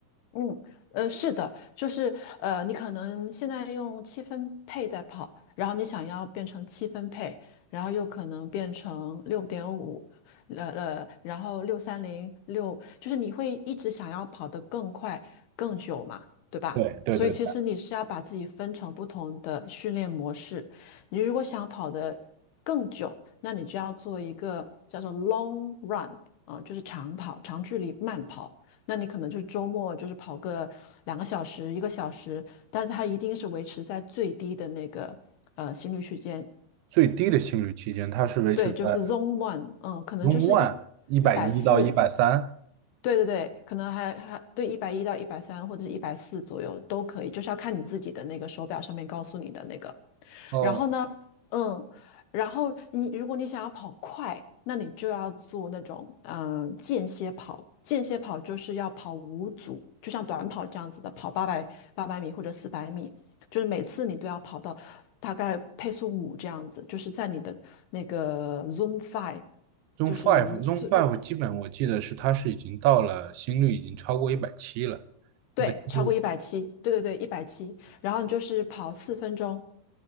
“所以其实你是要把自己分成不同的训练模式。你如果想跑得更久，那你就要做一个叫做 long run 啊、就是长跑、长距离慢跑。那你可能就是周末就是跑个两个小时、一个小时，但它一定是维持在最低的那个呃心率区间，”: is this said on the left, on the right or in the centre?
Left